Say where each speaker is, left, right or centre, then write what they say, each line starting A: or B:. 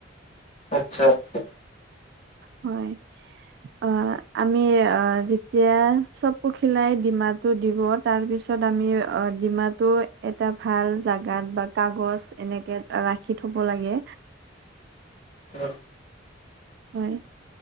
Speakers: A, on the left; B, on the right.
A: আত্চ্ছা আত্চ্ছা।
B: হয়। অ আমি অ যেতিয়া চব পখিলাই ডিমাটো দিবত তাৰ পিছত আমি অ ডিমাটো এটা ভাল জাগাত বা কাগজ এনেকে ৰাখি থব লাগে।
A: উম,
B: হয়